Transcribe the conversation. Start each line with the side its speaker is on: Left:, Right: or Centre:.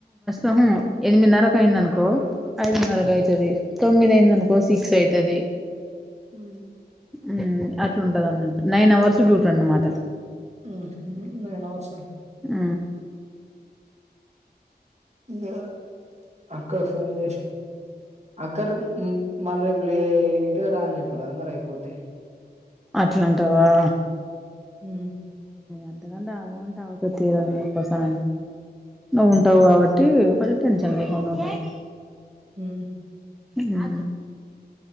Centre: ఆహ ఎనిమిదిన్నరకు అయిందనుకో ఐదున్నరకు అయితది తొమ్మిదయిందనుకో సిక్స్ అయితది
Right: ఊ
Centre: ఉమ్ అట్లుందన్నమాట నైన్ అవర్స్ డ్యూటీ అన్నమాట.
Right: ఊ హుఉ నేను ఔట్సో
Centre: ఊ
Right: దా అక్కక్ ఫోన్ చేశి అక్కర్ ఉం మరి రేప్ లేట్గా రా అని చెప్పరాదు మరి అయిపోద్ది.
Centre: అట్లంటవా
Right: హ్మ్
Centre: అంతకంటే ఆగమంటే ఆగుతది తీరాదు నీకోసంమయినా. నువ్వు ఉంటావు కాబట్టీ కొంచం టెన్షన్ లేకుండ ఉంటది.
Right: హ్మ్
Centre: హ్మూ